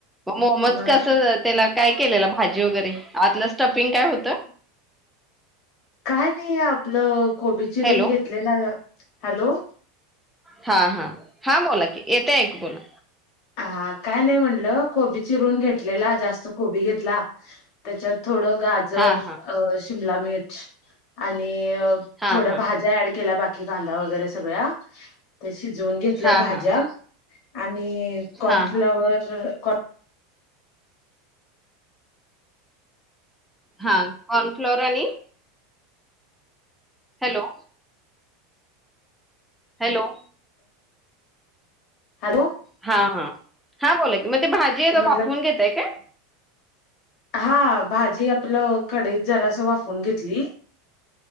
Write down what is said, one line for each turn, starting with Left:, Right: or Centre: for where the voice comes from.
Centre: मग मोमोज
Left: मग
Centre: कसं तेलात काय केलेला भाजी वगैरे, आतलं स्टफिंग काय होतं.
Left: काय नाही आपलं कोबी चिरून
Centre: हॅलो
Left: घेतलेलं. हॅलो.
Centre: हा-हा-हा बोला की येतेय, ऐकू बोला.
Left: हा काय नाही म्हणलं कोबी चिरून घेतलेला, जास्त कोबी घेतला त्याच्यात थोडं गाजर
Centre: हा हा
Left: जर शिमलामिर्च आणि
Centre: हा
Left: थोडं
Centre: हा
Left: भाज्या ऍड केल्या बाकीचं. की कांदा वगैरे संगळ्या ते शिजवून घेतल्या
Centre: हा हा
Left: भाज्या.
Centre: हा
Left: आणि कॉर्नफ्लॉवर
Centre: हा हा कॉर्नफ्लॉवर आणि हॅलो. हॅलो.
Left: हॅलो.
Centre: हा-हा-हा बोला की मग ती भाजी वाफवून
Left: म्हटलं
Centre: घेताय काय.
Left: हा भाजी आपलं कढईत जरांस वाफवून घेतली.